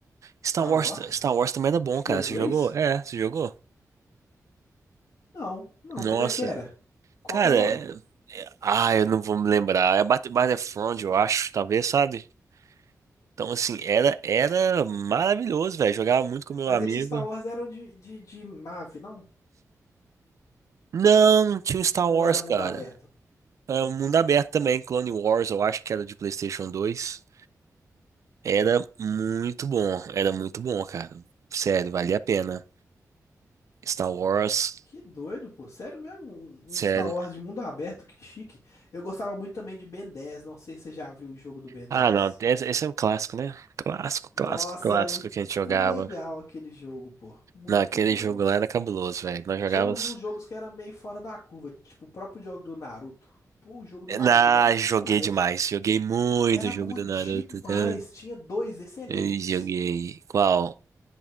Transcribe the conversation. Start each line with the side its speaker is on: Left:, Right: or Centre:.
Right: Star
Left: Star
Right: Wars,
Left: Wars?
Right: Star Wars também era bom,
Left: De Play
Right: cara. Você
Left: 2?
Right: jogou? É, você jogou?
Left: Não, não,
Right: Nossa.
Left: como é que era? Qual
Right: Cara,
Left: que é o nome?
Right: é- é- ah, eu não vou me lembrar. É Bat- Battlefront, eu acho, talvez, sabe? Então, assim, era, era maravilhoso, velho. Jogava muito com meu
Left: Mas
Right: amigo.
Left: esses Star Wars eram de, de, de nave, não?
Right: Não, tinha o Star
Left: Ou
Right: Wars,
Left: era mundo
Right: cara.
Left: aberto?
Right: É, o mundo aberto também, Clone Wars, eu acho que era de PlayStation dois Era muito bom, era muito bom, cara. Sério, valia a pena. Star Wars,
Left: Que doido, pô. Sério mesmo? Um,
Right: sério.
Left: um Star Wars de mundo aberto, que chique. Eu gostava muito também de Ben 10. Não sei se você já viu o jogo do Ben 10.
Right: Ah, não, esse, esse é um clássico, né? Clássico,
Left: Nossa,
Right: clássico, clássico
Left: era muito
Right: que a gente jogava.
Left: legal aquele jogo, pô. Muito
Right: Naquele
Left: bom,
Right: jogo
Left: velho.
Right: lá era cabuloso, velho. Nós jogávamos.
Left: Tinha alguns jogos que era meio fora da curva, tipo o próprio jogo do Naruto. Pô, o jogo do Naruto,
Right: Ah,
Left: ele era bom
Right: joguei
Left: demais.
Right: demais. Joguei muito
Left: Era
Right: o jogo
Left: bom
Right: do
Left: demais.
Right: Naruto, cara.
Left: Tinha dois excelentes.
Right: Eu joguei. Qual?